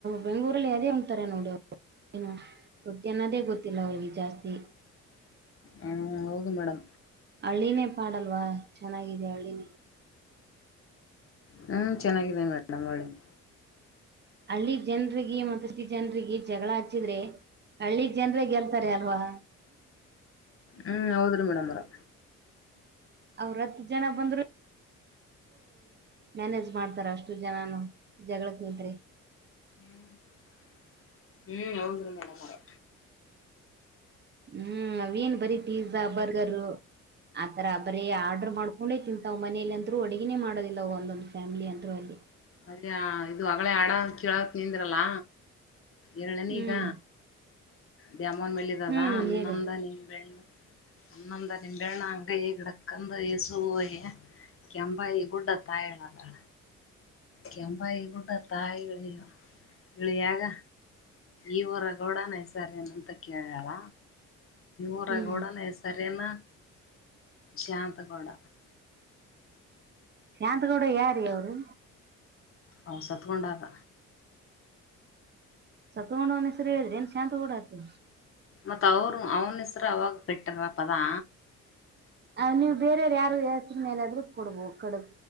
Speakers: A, on the right; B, on the left.
A: ಬೆಂಗ್ಗಳೂರಲ್ಲಿ ಅದೇ ಹ್ತಾರೆ ನೋಡು <unintelligible> ಹ್ಮ್ ರೊಟ್ಟಿ ಅನ್ನೋದೇ ಗೊತ್ತಿಲ್ಲ ಅವ್ರಿಗೆ ಜಾಸ್ತಿ
B: ಹಾ ಹೌದು ಮೇಡಮ್
A: ಹಳ್ಳಿನೇ ಪಾಡಲ್ವಾ ಚೆನ್ನಾಗಿದೆ ಹಳ್ಳಿನೇ
B: ಹ್ಮ್ ಚೆನ್ನಾಗಿದ್ದೇನೆ ಮೇಡಮ್ ಒಳಿಗೆ
A: ಅಲ್ಲಿ ಜನ್ರಿಗೆ ಮತ್ತಷ್ಟು ಜನರಿಗೆ ಜಗಳ ಹಚ್ಚಿದ್ರೆ ಹಳ್ಳಿ ಜನ್ರೇಗೆಲ್ತಾರೆ ಅಲ್ವಾ
B: ಹ್ಮ್ ಹೌದ್ರೀ ಮೇಡಮ್ ಅವ್ರೆ
A: ಅವ್ರ ಹತ್ ಜನ ಬಂದ್ರು ಮ್ಯಾನೇಜ್ ಮಾಡ್ತಾರ ಅಷ್ಟ ಹತ್ತು ಜನಾನ ಜಗಳಕ್ ಬಿದ್ರೆ
B: ಹ್ಮ್ ಹೌದ್ರ ಮೇಡಮ್ ಅವ್ರೆ
A: ಹ್ಮ್ ಅವೆನ್ ಬರಿ ಪಿಜಾ ಬರ್ಗರು ಆತರ ಬರೀ ಆರ್ಡ್ರ ಮಾಡ್ಕೊಂಡೇ ತಿಂತಾವ್ ಮನೇಲಿ ಅಂದರು ಅಡುಗಿನೇ ಮಾಡೋದಿಲ್ಲ ಒಂದೊಂದು ಫ್ಯಾಮಿಲಿ ಅಂದ್ರು ಅಲ್ಲಿ
B: ಹಾ ಇದು ಅಗಳೇ ಆಡ ಕಳಕ್ ನಿಂದಿರಲ್ಲ ಎರಳನಿ
A: ಹ್ಮ್
B: ಈಗ ದಾಮನ್ ಮೇಲಿದದ
A: ಹ್ಮ್
B: ಅನ್ನಂದ
A: ಹೇಳಿ
B: ನಿ ಬೆಣ್ಣು ಹನೊಂದು ನಿಂಬೆಹಣ್ಣು ಅಂಗೈ ಗಿಡಕಂದು ಸುಯೆ ಕೆಂಪಾಯಿ ಗುಡ್ಡತ್ತ ಹೇಳತ್ರ ಕೆಂಪಾಯ ಗುಡ್ಡತ್ತ ಇಳಿಯ ಇಳಿಯಾಗ ಈವರ ಗೌಡ ನ ಹೆಸಾರೆನು ಅಂತ ಕೇಳಳ ಊರಗೌಡನ
A: ಹ್ಮ್
B: ಹೆಸರೆನ ಶಾಂತಗೌಡ
A: ಯಾಂತ <unintelligible> ಯಾರ್ ರಿ ಅವನು
B: ಅವನ್ ಸತ್ಕೊಂಡಾಗ
A: ಸತ್ಗಣ್ಣವನ ಹೆಸರಿ ಹೇಳ್ರಿ ಏನ್ ಶಾಂತ ಗೌಡ <unintelligible>
B: ಮತ್ತತ್ ಅವರು ಅವನ್ ಹೆಸರು ಅವಾಗ ಬಿಟ್ಟಾರ ತದಾ
A: ಅ ನೀವು ಬೇರೆಯವ್ರ ಯಾರ ಹೆಸ್ರ ಮೇಲಾದ್ರೂ ಕೊಡ್ಬೋ ಕಡ